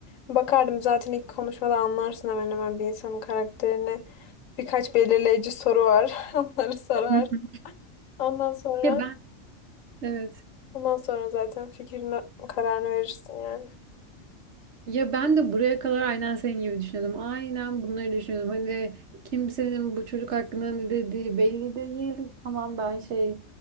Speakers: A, on the left (about 80°); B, on the right (about 60°).
A: Bakardım zaten ilk konuşmada anlarsın hemen hemen bir insanın karakterini. Birkaç belirleyici soru var. <laughs> Onları sorar.
B: Hı hı.
A: Ondan sonra
B: Ya ben. Evet.
A: ondan sonra zaten fikrini kararını verirsin yani.
B: Ya ben de buraya kadar aynen senin gibi düşünüyordum. Aynen bunları düşünüyordum. Hani kimsenin bu çocuk hakkında ne dediği belli değil. Tamam ben şey